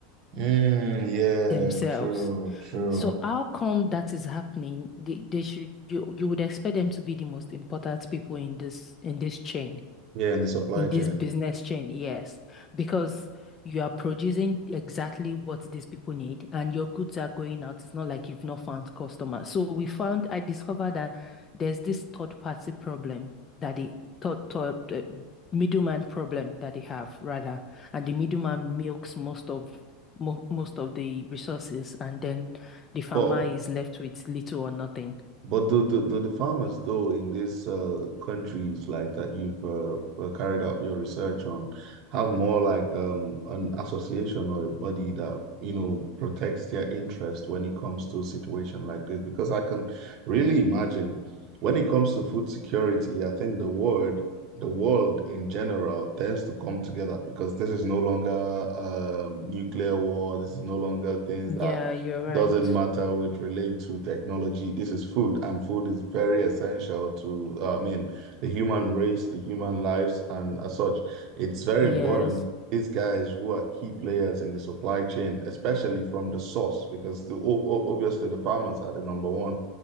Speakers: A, on the right (about 40°); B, on the left (about 20°).
A: Mm, yeah,
B: themselves.
A: true, true.
B: So how come that is happening? They, they should you you would expect them to be the most important people in this in this chain.
A: Yeah, in the supply
B: In
A: chain.
B: this business chain, yes, because you are producing exactly what these people need and your goods are going out. It's not like you've not found customers. So we found, I discovered that there's this third party problem that the third, third, uh, middleman problem that they have rather, and the middleman milks most of mo most of the resources, and then the farmer
A: But
B: is left with little or nothing.
A: But do, do, do the farmers though in these uh, countries like that you've uh, uh, carried out your research on have more like um, an association or a body that you know protects their interest when it comes to a situation like this? Because I can really imagine when it comes to food security, I think the world the world in general tends to come together because this is no longer um, nuclear war. This is no longer things
B: Yeah,
A: that
B: you're right.
A: doesn't matter which relate to technology. This is food, and food is very essential to, uh, I mean, the human race, the human lives, and as such, it's very
B: Yes,
A: important. These guys who are key players in the supply chain, especially from the source, because the, o- o- obviously the farmers are the number one,